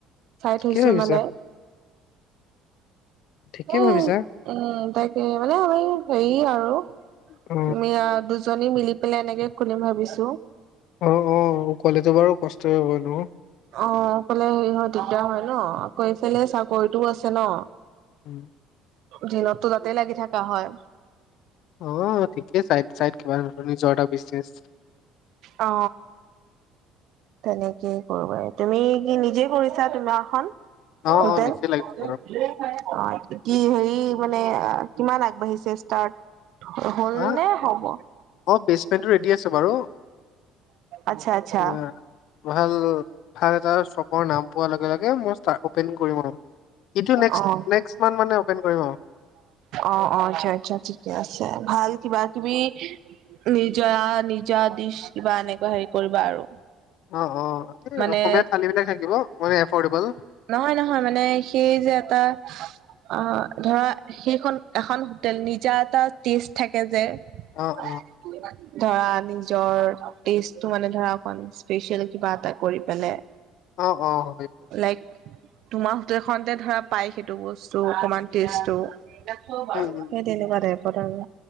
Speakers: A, on the right (about 70°); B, on the left (about 70°).
A: চাই
B: ঠিকে
A: থৈছোঁ
B: ভাবিছা
A: মানে।
B: ঠিকে
A: এই,
B: ভাবিছা
A: উম তাকে, মানে আমাৰ হেৰি আৰু তুমি,
B: অ',
A: আ দুজনী মিলি পেলাই এনেকে খুলিম ভাবিছো।
B: উম উম, অকলেতো বাৰু কষ্ট হব নো?
A: অ অকলে হেৰি হয় দিগদাৰ হয় ন আকৌ এইফালে চাকৰিটোও আছে ন।
B: ওম। <inaudible>
A: দিনতটো তাতেই লাগি থাকা হয়।
B: অ ঠিকে, চাইড - চাইড কিবা নিজৰ যোৱা এটা বিজনেছ।
A: অ। তেনেকেই কৰোঁ বাৰু। তুমি কি নিজে কৰিছা তোমাৰখন?
B: অ',
A: হোটেল?
B: অ', নিজে লাগিব
A: অ। কি
B: বাৰু
A: হেৰি মানে, কিমান আগবাঢ়িছে ষ্টাৰ্ট? হলনে,
B: অ',
A: হ'ব?
B: অ', বেচমেন্টটো ৰেডি আছে বাৰু
A: আচ্ছা আচ্ছা।
B: তোমাৰ ভাল, ভাল এটা স্বপৰ নাম পোৱাৰ লগে লগে মই ষ্টা- অপেনিং কৰিম আৰু। এইটো নেক্সট-
A: অ
B: নেক্সট মান্থ মানে অপেন কৰিম আৰু।
A: অ অ, আচ্ছা আচ্ছা ঠিকে আছে। ভাল কিবা কিবি, নিজা -নিজা দিছ কিবা এনেকুৱা হেৰি কৰিবা আৰু।
B: অ অ, সেইটোৱেই
A: মানে
B: অসমীয়া থালিবিলাক থাকিব মানে এফৰ্ডেবল।
A: নহয় নহয় মানে, সেই যে এটা অ ধৰা সেইখন এখন হোটেল নিজা এটা টেষ্ট থাকে যে। <unintelligible>
B: অ অ
A: ধৰা নিজৰ টেষ্টটো মানে ধৰা, অকনমান স্পেচিয়েল কিবা এটা কৰি পেলাই
B: অ অ হয়
A: লাইক তোমাৰ হোটেল খনতে ধৰা পাই সেইটো বস্তু, অকমান টেষ্টটো। এনেকোৱা
B: উম উম
A: টাইপৰ আৰু।